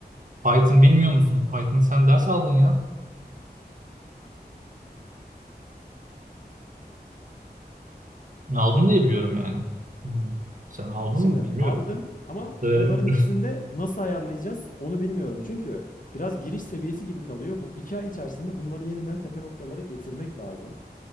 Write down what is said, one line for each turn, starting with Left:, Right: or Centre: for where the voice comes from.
Right: Python bilmiyor musun? Python sen ders aldın ya. Ben aldın diye biliyorum yani. Hmm. Sen aldın
Left: Şimdi
Right: mı bilmiyorum.
Left: aldım ama
Right: Da
Left: bunların
Right: veremedim.
Left: ikisini de nasıl ayarlayacağız onu bilmiyorum. Çünkü biraz giriş seviyesi gibi kalıyor. Bu iki ay içerisinde bunları yeniden tepe noktalara getirmek lazım.